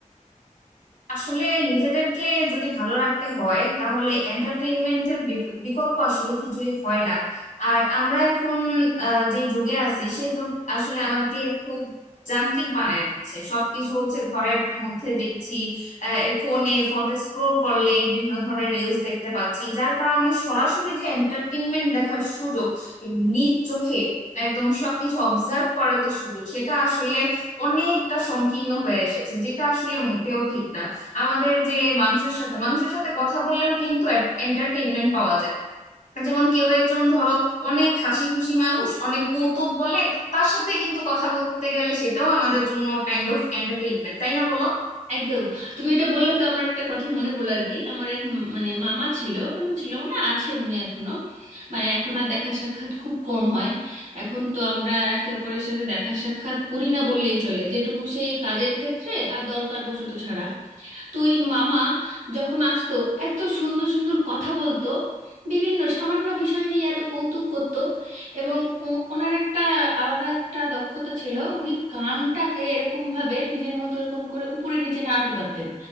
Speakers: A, on the left (about 70°); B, on the right (about 65°).
A: আসলে নিজেদেরকে যদি ভালো রাখতে হয় তাহলে এন্টারটেইনমেন্টের বিকল্প আসলে কিছুই হয় না আর আমরা এখন আহ, যে যুগে আছি সে যুগ আসলে আমাদেরকে খুব যান্ত্রিক বানায় দিচ্ছে সবকিছু হচ্ছে ঘরের মধ্যে দেখছি ফোনে ফোনটা স্ক্রোল করলেই বিভিন্ন ধরনের রিলস দেখতে পাচ্ছি যার কারণে সরাসরি যে এন্টারটেইনমেন্ট দেখার সুযোগ নিজ চোখে একদম সবকিছু অবজার্ভ করার যে সুযোগ সেটা আসলে অনেকটা সংকীর্ণ হয়ে এসেছে যেটা আসলে মোটেও ঠিক না আমাদের যে মানুষের সাথে মানুষের সাথে কথা বললেও কিন্তু এন্টারটেইনমেন্ট পাওয়া যায় যেমন কেউ একজন ধরো অনেক হাসি খুশি মানুষ অনেক কৌতুক বলে তার সাথে কিন্তু কথা বলতে গেলে সেটাও আমাদের জন্য কাইন্ড অফ এন্টারটেইনমেন্ট তাই না বলো
B: একদম তুমি এটা বললে তো আমার একটা কথা মনে পড়লো আর কি আমার এক উম মানে মামা ছিল মানে ছিল মানে আছেন উনি এখনো মানে এখন আর দেখা সাক্ষাৎ খুব কম হয় এখন তো আমরা একে অপরের সাথে দেখা সাক্ষাৎ করি না বললেই চলে যেটুকু সেই কাজের ক্ষেত্রে আর দরকার বশত ছাড়া তো এই মামা যখন আসতো এত সুন্দর সুন্দর কথা বলতো বিভিন্ন সামান্য বিষয় নিয়ে এত কৌতুক করতো এবং ও- ওনার একটা আলাদা একটা দক্ষতা ছিল উনি কানটাকে এরকম ভাবে নিজের মতো এরকম করে উপরে নিচে নাড়াতে পারতেন